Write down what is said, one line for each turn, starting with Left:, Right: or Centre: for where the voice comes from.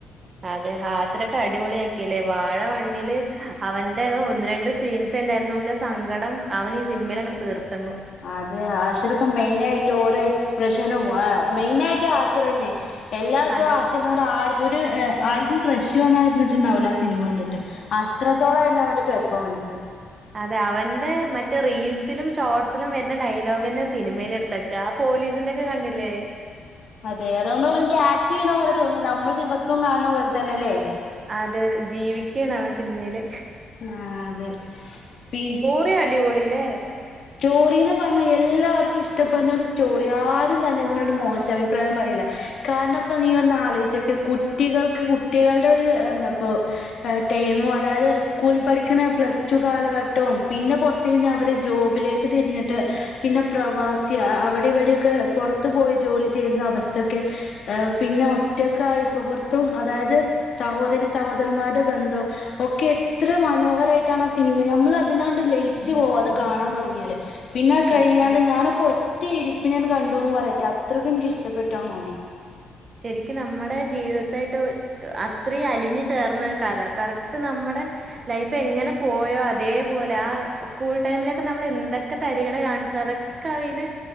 Right: അതെ ഹാസിരക്കെ അടിപൊളിയാക്കില്ലേ വാഴവണ്ണില് അവന്റെ ഒന്ന് രണ്ട് സ് സീൻസ്ണ്ടായിരുന്നുല്ല സങ്കടം അവൻ ഈ സിനിമയിൽ അങ്ങട്ട് തീർത്തന്നു
Left: അതെ ഹാഷിറൊക്കെ മെയിനായിട്ട് ഓരോ എക്സ്പ്രഷനും ആ മെയിനായിട്ട് ആഷിറെന്നെ. എല്ലാർക്കും
Right: അതെ
Left: ആശിറിനോട് ആ ഒരു ആർക്കും ക്രഷോന്ന വരുന്നിട്ടുണ്ടാവൂലാസ് സിനിമ കണ്ടിട്ട് അത്രത്തോളായിരുന്നു അവന്റെ പെർഫോമൻസ്.
Right: അതെ അവന്റെ മറ്റെ റീൽസിലും ഷോർട്സിലും വരുന്ന ഡയലോഗന്നെ സിനിമേലെടുത്ത്. തക്കാ പോലീസിന്റെറക്കെ കണ്ടില്ലേ.
Left: അതെ അതോണ്ട് ഓൻക്ക് ആക്ട്യ്യണ പോലെ തോന്നില്ല നമ്മൾ ദിവസവും കാണ പോലെ തന്നെല്ലേ.
Right: അതെ ജീവിക്കേണ് അവൻ സിനിമേല്.
Left: ആഹ് അതെ പി
Right: പി അടിപൊളിലെ.
Left: സ്റ്റോറിന്ന് പറഞ്ഞാ എല്ലാവർക്കും ഇഷ്ടപ്പെട ഒരു സ്റ്റോറി ആരും തന്നെ അതിനൊരു
Right: ആഹ്.
Left: മോശഭി പ്രായം പറീല്ല. കാരണം ഇപ്പൊ നീ ഒന്ന് ആലോയ്ചോക്ക്യ കുട്ടികൾക്ക് കുട്ടികളുടെ ഒരു എന്താപ്പൊ. എഹ് ടൈമും അതായത് സ്കൂളിൽ പഠിക്കുന്ന പ്ലസ് ടു കാലഘട്ടവും പിന്നെ കുറച്ച് കഴിഞ്ഞൽ അവര്. ജോബിലേക്ക് തിരിഞ്ഞിട്ട്. പിന്നെ പ്രവാസി അവിടെ ഇവിടെയൊക്കെ പുറത്തു പോയി ജോലി ചെയ്യുന്ന അവസ്ഥൊക്കെ. എഹ് പിന്നെ ഒറ്റക്കായി സുഹൃത്തും അതായത് സഹോദരി സഹോദരമാരുടെ ബന്ധം. ഒക്കെ എത്ര മനോഹരായിട്ടാണ് ആ സിനിമ നമ്മൾ അതിലാണ്ട് ലയിച്ചു പോവാ അത്. കാണാൻ തുടങ്യാല് പിന്നെ അത്
Right: സത്യം.
Left: കഴിയാണ്ട് ഞാനൊക്കൊ റ്റ ഇരിപ്പിനാണ്ട് കണ്ടുന്ന് പറയട്ടെ അത്രയ്ക്കും എനിക്കിഷ്ടപ്പെട്ടു ആ മൂവി
Right: ശരിക്കും നമ്മുടെ ജീവിതത്തായിട്ട് എഹ് അത്രയും അലിഞ്ഞ് ചേർന്നൊരു കഥ കറക്റ്റ് നമ്മടെ ലൈഫ് എങ്ങനെ പോയോ അതേപോലെ ആ സ്കൂൾ ടൈമിലൊക്കെ നമ്മൾ എന്തൊക്കെ തരികിട കാണിച്ചോ അതൊ ക്കയില്